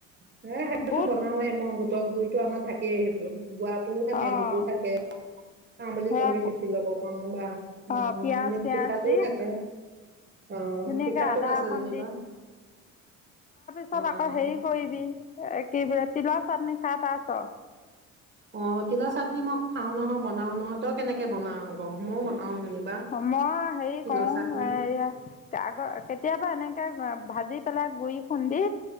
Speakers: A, on the right; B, on the left.
A: সেইটোতো
B: বুট
A: বনালে মই গুৰিতো আমাৰ থাকেই সেইটো গোৱাটোও থাকে
B: অ'
A: বুতো থাকে বুলি
B: সেয়া
A: কলে পিচি লব পাৰো বা উ
B: অ' পিয়াজ
A: এনে
B: চিয়াজ
A: পিছাতটো
B: দি
A: থাকে আহ
B: ধুনীয়াকে
A: পিছাটো
B: আদা
A: আছে
B: অকণ
A: যেনিবা
B: তাত
A: অ
B: আকৌ হেৰি কৰিবি বিতি লছ আপ নিশাত আছে <unintelligible>
A: অ তিলা চাটনি মই খাও নহ বনাও নহয় তই কেনেকে বনাও আ ময়ও বনাও যেনিবা
B: মই হেৰি
A: তিলৰ
B: কৰো
A: চাটনি
B: এ আগৰ কেতিয়াবা এনেকে ভাজি পেলাই গুৰি খুন্দি